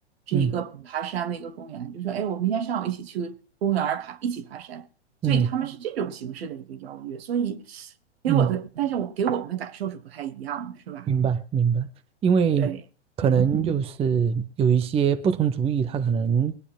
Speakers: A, on the right; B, on the right.
A: 是一个爬山的一个公园，
B: 嗯
A: 就说哎，我明天上午一起去公园爬，一起爬山。
B: 嗯
A: 所以他们是这种形式的一个邀约，所以给我的，
B: 嗯
A: 但是我给我们的感受是不太一样的，是吧？
B: 明白明白，因为可能就是有一些不同族裔，
A: 对，嗯，
B: 他可能